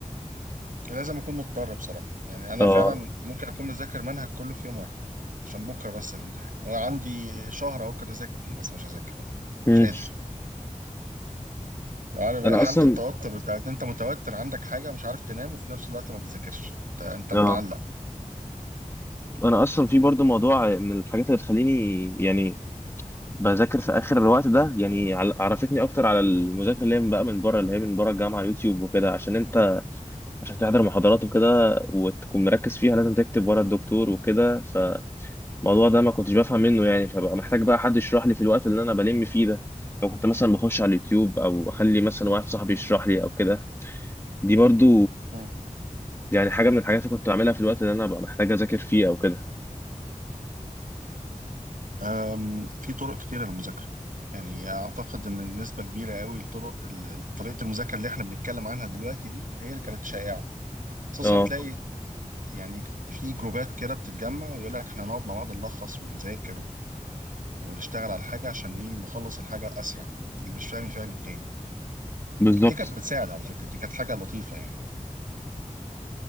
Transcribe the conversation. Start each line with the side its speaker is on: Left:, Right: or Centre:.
Right: لازم اكون مضطر بصراحه يعني انا
Left: اه
Right: فعلا ممكن اكون مذاكر منهج كله في يوم واحد عشان بكره بس الامتحان وعندي شهر اهو كده اذاكر فيه بس مش هذاكر
Left: مم.
Right: مش قادر عارف
Left: انا
Right: حالة
Left: اصلا
Right: التوتر بتاعت انت متوتر عندك حاجة مش عارف تنام وفي نفس الوقت ما بتذاكرش انت أنت متعلق
Left: اه انا اصلا في برضه موضوع من الحاجات اللي بتخليني يعني بذاكر في اخر الوقت ده يعني عل- عرفتني اكتر على المذاكره اللي هي من بقى من بره اللي هي من بره الجامعه يوتيوب وكده عشان انت عشان تحضر محاضرات وكده وتكون مركز فيها لازم تكتب ورا الدكتور وكده الموضوع ده ما كنتش بفهم منه يعني فبقى محتاج بقى حد يشرح لي في الوقت اللي انا بلم فيه ده فكنت مثلا بخش على اليوتيوب او اخلي مثلا واحد صاحبي يشرح لي او كده دي برضو
Right: مم.
Left: يعني حاجه من الحاجات اللي كنت بعملها في الوقت اللي انا ببقى محتاج اذاكر فيه او كده
Right: أم، في طرق كتيرة للمذاكرة يعني أعتقد إن نسبة كبيرة قوي لطرق ال- طريقة المذاكرة اللي إحنا بنتكلم عنها دلوقتي دي هي اللي كانت شائعة خصوصا
Left: اه
Right: تلاقي يعني في جروبات كده بتتجمع ويقول لك إحنا نقعد مع بعض نلخص ونذاكر و- ونشتغل على حاجة عشان إيه نخلص الحاجة أسرع اللي مش فاهم يفهم التاني
Left: بالظبط
Right: دي كانت بتساعد على فكرة دي كانت حاجة لطيفة يعني